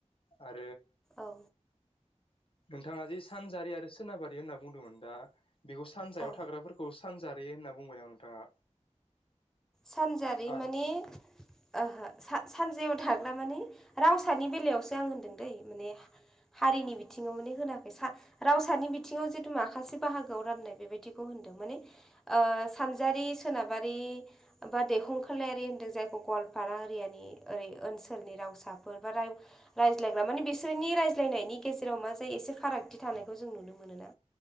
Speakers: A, on the left; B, in the centre.
A: आरो
B: औ
A: नोंथाङा जि सानजारि आरो सोनाबारि होनना बुंदोंमोन दा बेखौ सानजायाव
B: औ
A: थाग्राफोरखौ सानजारि होनना बुंबाय नामा नोंथाङा?
B: सानजारि
A: आरो
B: मानि ओहो सा सान जायाव थाग्रा माने रावसानि बेलायावसो आं होनदों दै माने हारिनि बिथिङाव माने होनाखै। रावसानि बिथिङाव जिथु माखासे बाहागोआव राननाय बेबायदिखौ होन दों माने सानजारि, सोनाबारि बा दैखंखोलायारि होन्दों जायखौ गवालपारा एरियानि ओरै ओनसोलनि रावसाफोर बा राव रायज्लायग्रा माने बिसोरनि रायज्लायनायनि गेजेराव मा जायो एसे फारागथि थानायखौ जों नुनो मोनोना